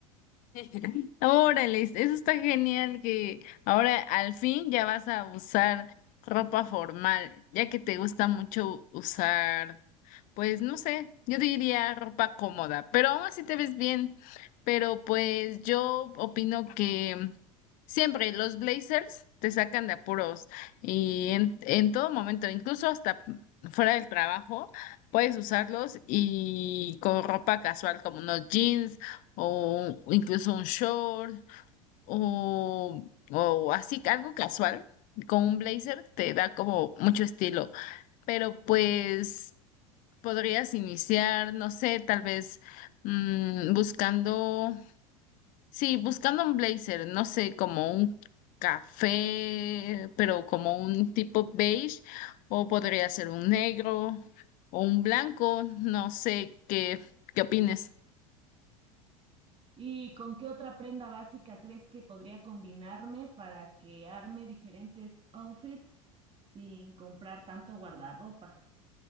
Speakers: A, on the left; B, on the right.
A: <laughs> Órale, eso está genial que ahora al fin ya vas a usar ropa formal, ya que te gusta mucho usar, pues no sé, yo diría ropa cómoda, pero aún así te ves bien. Pero pues yo opino que siempre los blazers te sacan de apuros y en, en todo momento, incluso hasta fuera del trabajo, puedes usarlos y con ropa casual como unos jeans o incluso un short o, o así algo casual con un blazer te da como mucho estilo, pero pues podrías iniciar, no sé, tal vez mm, buscando, sí, buscando un blazer, no sé, como un café, pero como un tipo beige o podría ser un negro o un blanco, no sé qué, qué opines.
B: ¿Y con qué otra prenda básica crees que podría combinarme para que arme diferentes outfits sin comprar tanto guardarropa?